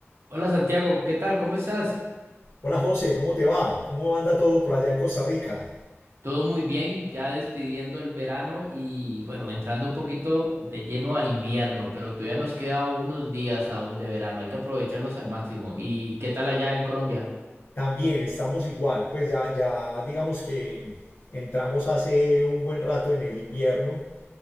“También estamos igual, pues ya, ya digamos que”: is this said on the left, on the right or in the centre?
Left